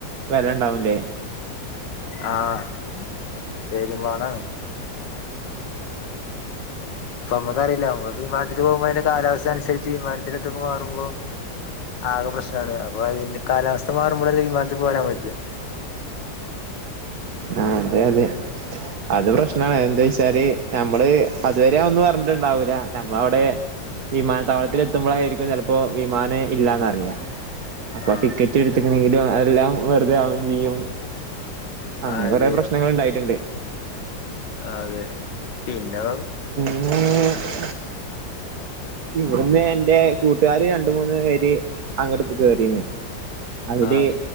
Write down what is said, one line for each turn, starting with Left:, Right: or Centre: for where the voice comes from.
Right: വെലണ്ടാവുലേ
Left: ആഹ്.. <unintelligible> പ്പൊ മക്കറീല മ്മത് വിമാനത്തില് പോകുമ്പോ അയിന്റെ കാലാവസ്ഥൻ സരിച്ച് വിമാനത്തിലെത്തുമ്പോ മാറുമ്പോ ആക പ്രശ്നാണ് അപ്പൊ യിന്റെ കാലാവസ്ഥ മാറുമ്പളെ വിമാനത്തിൽ പോരാൻ പട്ടുള്ളു
Right: ആഹ് അതെ അതെ അത് പ്രശ്നാണ് എന്തേച്ചാല് നമ്മള് അതുവരെ ഒന്നുറഞ്ഞ്ണ്ടാവൂല നമ്മ വിടെ വിമാനത്താവളത്തിലെത്തുമ്പളാ ഴായിരിക്കും ചെലപ്പോ വിമാന് ഇല്ലാന്നറിയ. അപ്പൊ
Left: ആഹ്
Right: ടിക്കറ്റ് എടുത്ത്ക്ക്ണെങ്കിലൊ അഎല്ലാം വെറുതെ ആവും ചെയ്യും. അങ്ങനെ
Left: അതെ
Right: കൊറെ പ്രശ്നങ്ങൾ ഇണ്ടായിട്ടുണ്ട്.
Left: അതെ. പിന്ന
Right: <inaudible> ഇവിട്ന്റെ കൂട്ടാര് രണ്ട് മൂന്ന് പേര് അങ്ങോട്ട്പൊ കേറീണ് അന്നിട്ട്
Left: ആഹ്